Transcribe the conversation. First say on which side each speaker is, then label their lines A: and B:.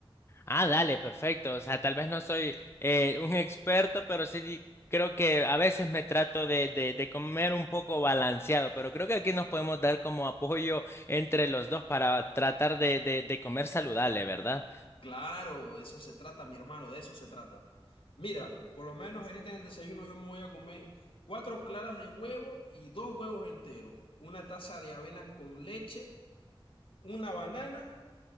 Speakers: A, on the left (about 25°); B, on the left (about 65°).
A: Ah, dale, perfecto. O sea, tal vez no soy eh, un experto, pero sí di- creo que a veces me trato de, de, de comer un poco balanceado, pero creo que aquí nos podemos dar como apoyo entre los dos para tratar de, de, de comer saludable, ¿verdad?
B: Claro, de eso se trata, mi hermano, de eso se trata. Mira, por lo menos ahorita en el desayuno yo me voy a comer cuatro claras de huevo y dos huevos enteros, una taza de avena con leche, una banana